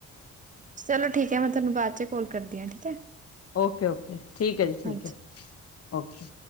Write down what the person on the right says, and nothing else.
ਚਲੋ ਠੀਕ ਹੈ ਮੈਂ ਤੁਹਾਨੂੰ ਬਾਅਦ 'ਚ ਕੋਲ ਕਰਦੀ ਹਾਂ ਠੀਕ ਹੈ।
ਹਾਂਜੀ